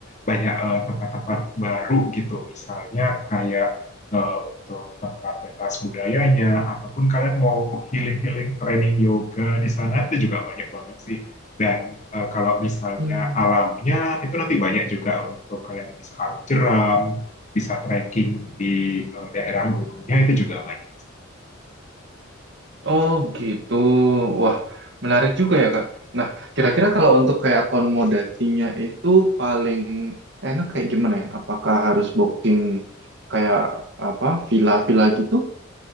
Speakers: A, on the left; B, on the right.
A: banyak eh, tempat-tempat baru gitu, misalnya kayak eh, untuk tempat pentas budayanya, ataupun kalian mau healing-healing training yoga di sana itu juga banyak banget sih. Dan eh, kalau misalnya
B: Hmm,
A: alamnya itu nanti banyak juga untuk kalian bisa arung jeram, bisa trekking di eh, daerah gunungnya itu juga banyak.
B: Oh gitu. Wah, menarik juga ya, Kak. Nah, kira-kira kalau untuk kayak akomodasinya itu paling enak kayak gimana ya? Apakah harus booking kayak apa villa-villa gitu?